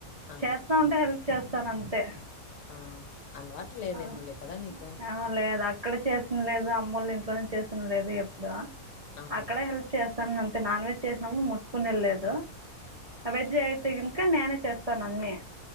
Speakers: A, on the left (about 65°); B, on the right (about 35°).
A: ఆహా!
B: చేస్తా ఉంటే హెల్త్ చేస్తాన అంతే
A: ఆ అలవాటు లేదేమోలే
B: అవును
A: కదా మీకు?
B: నావల్లగాదు అక్కడ చేసిన లేదు అమ్మళ్లు ఇంట్లోనే చేసినది లేదు ఇపుడా
A: ఆహా!
B: అక్కడే హెల్ప్ చేస్తా సన్న అంతే నాన్ వెజ్ చేసినాము ముట్టుకునేది లే దు ఆ వెజ్ అయితే గనకా నేనే చేస్త తనన్నే